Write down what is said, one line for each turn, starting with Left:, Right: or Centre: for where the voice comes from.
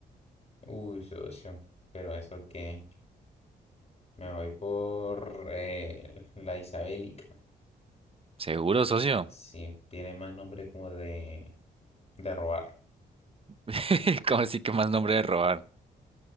Left: Uy, socio, pero eso que me voy por eh, la Isabélica.
Right: Seguro, socio.
Left: Sí, tiene más nombre como de, de robar.
Right: <laughs> Como así que más nombre de robar?